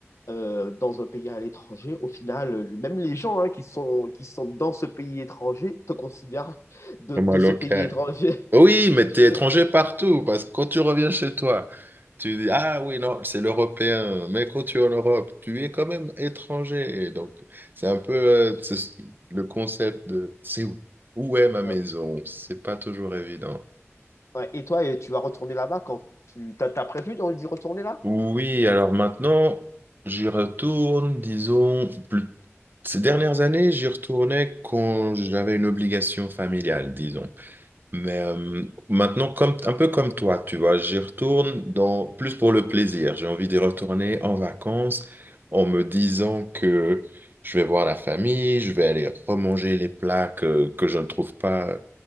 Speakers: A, on the left; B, on the right.
A: euh, dans un pays à l'étranger, au final, euh, même les gens hein, qui sont, qui sont dans ce pays étranger te considèrent de,
B: Vraiment
A: de
B: local.
A: ce pays étranger. <laughs>
B: Oui,
A: Tu-
B: mais t'es
A: tu-
B: étranger partout, parce que quand tu reviens chez toi, tu dis, ah oui, non, c'est l'Européen, mais quand tu es en Europe, tu es quand même étranger. Et donc, c'est un peu euh, c'est ce- le concept de, c'est où? Où est ma maison?
A: euh,
B: C'est pas toujours évident.
A: Ouais. Et toi, euh, tu vas retourner là-bas quand tu t'as, t'as prévu d'y retourner là?
B: Oui, alors maintenant, j'y retourne, disons, plus- ces dernières années, j'y retournais quand j'avais une obligation familiale, disons. Mais euh, maintenant, comme, un peu comme toi, tu vois, j'y retourne dans, plus pour le plaisir. J'ai envie d'y retourner en vacances en me disant que je vais voir la famille, je vais aller remanger les plats que, que je ne trouve pas